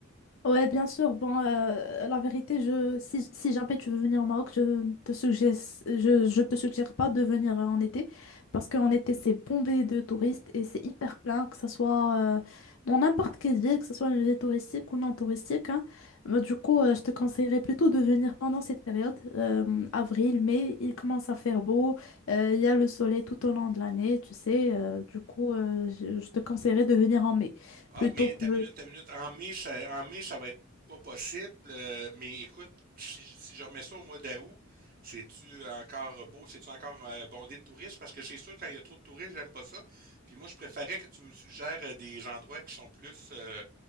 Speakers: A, on the left; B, on the right.
A: Ouais, bien sûr. Bon, euh, la vérité, je, si, si jamais tu veux venir au Maroc, je te suggère, je, je te suggère pas de venir euh, en été parce qu'en été, c'est bombé de touristes et c'est hyper plein, que ce soit euh, dans n'importe quelle ville, que ce soit une ville touristique ou non touristique. hein. Mais du coup, euh, je te conseillerais plutôt de venir pendant cette période, euh, avril, mai, il commence à faire beau, euh, il y a le soleil tout au long de l'année, tu sais. euh, du coup, euh, je, je te conseillerais de venir en mai
B: Ah,
A: plutôt
B: mais
A: que...
B: ta minute, ta minute. En mai, ça, en mai, ça va être pas possible. euh, mais écoute, si, si je remets ça au mois d'août, c'est-tu encore beau? C'est-tu encore euh, bondé de touristes? Parce que c'est sûr, quand il y a trop de touristes, j'aime pas ça. Puis moi, je préférais que tu me suggères euh, des endroits qui sont plus euh,